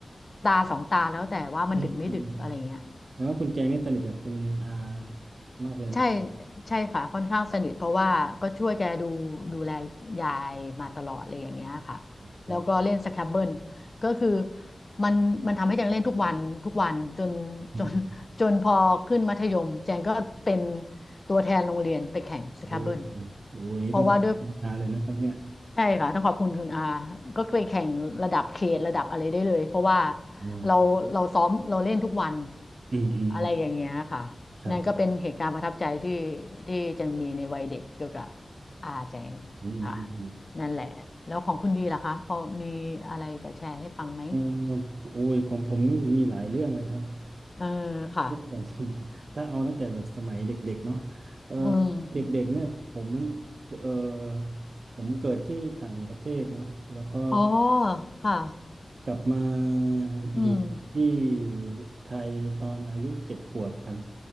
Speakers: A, on the left; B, on the right.
A: ตาสองตาแล้วแต่ว่ามันดึกไม่ดึกอะไรเงี้ย
B: อืมอืมอืมแล้วว่าคุณแจงนี่สนิทกับคุณอามากเลยนะครับ
A: ใช่ใช่ค่ะค่อนข้างสนิทเพราะว่าก็ช่วยแกดูดูแลยายมาตลอดอะไรอย่างเงี้ยค่ะ
B: ครับ
A: แล้วก็เล่นสแครบเบิลก็คือมันมันทำให้แจงเล่นทุกวันทุกวันจนจน
B: อืม
A: <laughs> จนพอขึ้นมัธยมแจงก็เป็นตัวแทนโรงเรียนไปแข่งสแครบเบิล
B: โอ้โหโอ้โหอันนี้ต้องขอบคุณนาเลยนะครับเนี่ย
A: เพราะว่าด้วยใช่ค่ะต้องขอบคุณคุณอาก็เคยแข่งระดับเขตระดับอะไรได้เลยเพราะว่า
B: อ่า
A: เราเราซ้อมเราเล่นทุกวัน
B: อืมอืมอืม
A: อะไรอย่างเงี้ยค่ะ
B: ครับ
A: นั่นก็เป็นเหตุการณ์ประทับใจที่ที่แจังมีในวัยเด็กเกี่ยวกับอาแจงค่ะ
B: อืมอืมอืมอืม
A: นั่นแหละแล้วของคุณดีล่ะคะพอมีอะไรจะแชร์ให้ฟังไหม
B: เออโอ้ยของผมนี่มีหลายเรื่องเลยครับ <laughs>
A: เออค่ะ
B: ตั้งแต่สมัยถ้าเอาตั้งแต่แบบสมัยเด็กๆเนาะเออ
A: อืม
B: เด็กๆเนี่ยผมมันเออผมเกิดที่ต่างประเทศเนาะแล้วก็
A: อ๋อค่ะ
B: กลับมา
A: อืม
B: อยู่ที่ไทยตอนอายุเจ็ดขวบครับ